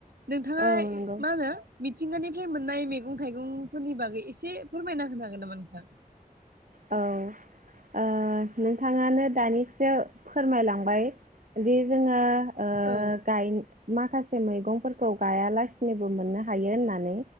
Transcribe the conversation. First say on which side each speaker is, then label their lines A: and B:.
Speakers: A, on the right; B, on the right.
A: नोंथाङा
B: औ नंगौ
A: मा होनो मिथिंगानि मोननाय मैगं थाइगंफोरनि बागै एसे फोरमायना होनो हागोन नामा नोंथां?
B: औ ओ नोंथाङानो दानिसो फोरमायलांबाय दि जोङो ओ
A: औ
B: गाय माखासे मैगंफोरखौ गायालासिनोबो मोननो हायो होननानै